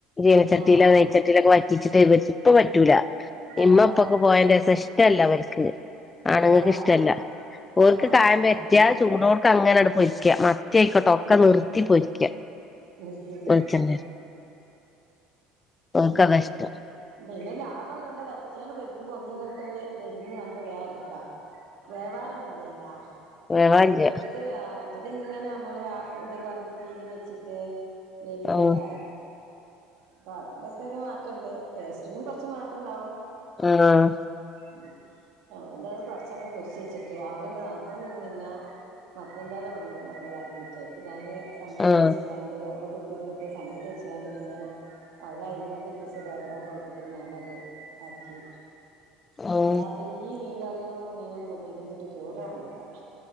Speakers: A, on the left; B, on the right.
A: ജിനച്ചട്ടി
B: ആഹ്
A: നെയ്ച്ച ച്ചട്ടിലൊക്കെ വറ്റിച്ച്ട്ടെ <unintelligible> ഇപ്പ പറ്റൂല
B: അതെന്താ
A: ഇമ്മപ്പൊക്കെ പോയന്റെസ ഇഷ്ടല്ല ഇവൽക്ക് ആണ്ങ്ങക്ക്
B: ആഹ്
A: ഇഷ്ടല്ല ഓൽക്ക്
B: ആഹ്
A: കായം പര്റ്റിയ ചൂടോട്ക്ക അങ്ങനെ പൊരിക്ക മത്തി ആയിക്കോട്ടെ ഒക്കെ നിർത്തി പൊരിക്ക
B: നിർത്തി പൊരിക്ക
A: വെളിച്ചെണ്ണേല് ഓൽക്കതാ
B: ഉം
A: ഇഷ്ടം
B: പിന്നെ ലാഭം എന്താ വറ്റിച്ചാണ്ട് പൊരിക്കുമ്പോ ഒന്ന്ങ്ങട്ട് നെരിഞ്ഞ് കാണുമ്പോ വേ ഇട്ക്ക. വേവാനൊന്നുല്ല്യല്ലോ.
A: വേവാനില്ല്യ
B: അത് മറ്റത് ഇങ്ങനെ നമ്മള് ആ ഇത് കൊർഞ്ഞ തീൽ വെച്ചിട്ട് വേവിക്കണ്ടേ?
A: ആഹ്
B: അപ്പൊ അതിന്റെക്ക ഒരു മാറ്റംണ്ട് ടേസ്റ്റിനും കൊർച്ച് മാറ്റം ഇണ്ടാവും.
A: ആഹ്
B: ഉം അ <unintelligible> ന്തായാലും കൊർച്ചണ്ട് പൊര്ച്ച് വെച്ചിട്ട് അവള്ണ്ട് നാത്തൂന് ഇണ്ട് പിന്നെ മറ്റെന്തായാലും വിട്ന്ന് കണ്ട്താക്കിട്ട് പിന്നെ അയ്‌ന് സമ്മന്തി
A: ആഹ്
B: അര്ച്കാണ്ട് ഒരു കുക്കർലിട്ട് സമ്മന്തി അര്ച്ച്കാണ്ട് പിന്നെ അവള് അയ്ലുമ്മക്ക് ഡ്രസ്സ് തോരടാൻ പോയപ്പത്തിന് ഞാനത് ആക്കി വെച്ചു.
A: ആഹ്
B: അല്ലാപ്പ ഈ മീൻ കറിയും മീനും കൂട്ടി ന്നെച്ചിട്ട് ചോറ് എർങ്ങൂല.